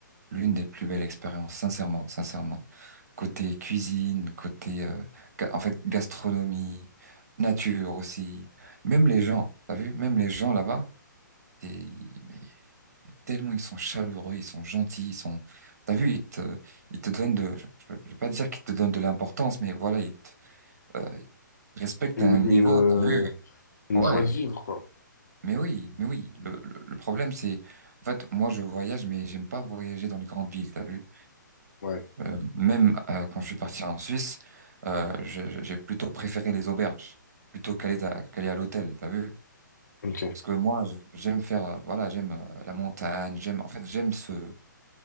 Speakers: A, on the right (about 50°); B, on the left (about 60°).
A: l'une des plus belles expériences, sincèrement, sincèrement. Côté cuisine, côté euh, ga- en fait gastronomie, nature aussi, même les gens, t'as vu, même les gens là-bas, c'est- mais tellement ils sont chaleureux, ils sont gentils, ils sont, t'as vu, ils te ils te donnent de, je, je je vais pas dire qu'ils te donnent de l'importance, mais voilà, ils te, euh, ils te respectent
B: Une,
A: à un niveau,
B: une, euh,
A: t'as vu,
B: une
A: ouais.
B: joie de vivre, quoi.
A: Mais oui, mais oui, le, le- le problème c'est, en fait, moi je voyage, mais j'aime pas voyager dans les grandes villes, t'as vu?
B: Ouais,
A: Euh, même euh, quand je suis parti en Suisse, euh, je- je- j'ai plutôt préféré les auberges, plutôt qu'aller d'a- qu'aller à l'hôtel, t'as vu?
B: ok.
A: Parce que moi, je- j'aime faire, euh, voilà, j'aime euh, la montagne, j'aime, en fait, j'aime ce,